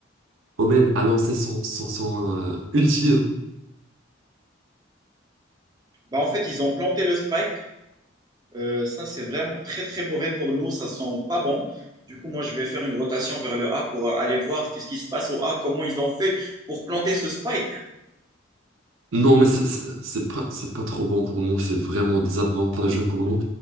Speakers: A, on the right; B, on the right.
A: Omen a lancé son, son, son euh, ulti. hein.
B: Bah, en fait, ils ont planté le spike. Euh, ça, c'est vraiment très, très mauvais pour nous. Ça sent pas bon. Du coup, moi, je vais faire une rotation vers le A pour euh, aller voir qu'est-ce qui se passe au A, comment ils ont fait pour planter ce spike.
A: Non, mais c'est c'est- c'est pas, c'est pas trop bon pour nous, c'est vraiment désavantageux pour nous.